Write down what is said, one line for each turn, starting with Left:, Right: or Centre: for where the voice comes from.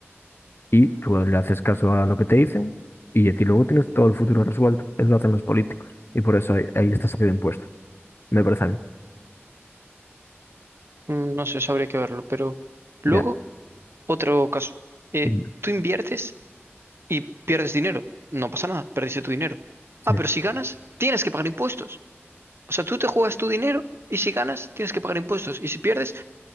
Left: Y tú le haces caso a lo que te dicen y a ti luego tienes todo el futuro resuelto. Eso lo hacen los políticos. Y por eso ahí, ahí está saliendo impuestos, me parece a mí.
Right: Mm, No sé, eso habría que verlo, pero luego...
Left: Ya.
Right: Otro caso. Eh,
Left: Mm,
Right: tú inviertes y pierdes dinero. No pasa nada, perdiste tu dinero.
Left: Sí.
Right: Ah, pero si ganas, tienes que pagar impuestos. O sea, tú te juegas tu dinero y si ganas, tienes que pagar impuestos. Y si pierdes,